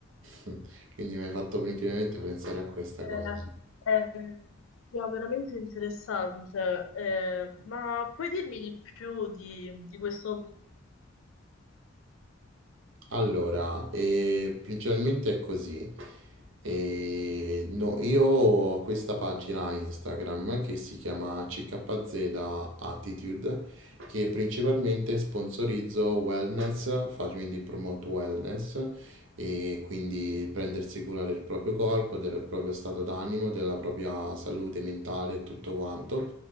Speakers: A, on the right; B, on the left.
A: <laughs> Quindi mi hai fatto principalmente pensare a questa
B: Eh,
A: cosa.
B: eh, no, veramente interessante, eh, ma puoi dirmi di più di, di questo hobby?
A: Allora, eh, principalmente è così. Eh, no, io ho questa pagina Instagram che si chiama CKZ Attitude, che principalmente sponsorizzo wellness, faccio quindi promote wellness, e quindi prendersi cura del proprio corpo, del proprio stato d'animo, della propria salute mentale e tutto quanto.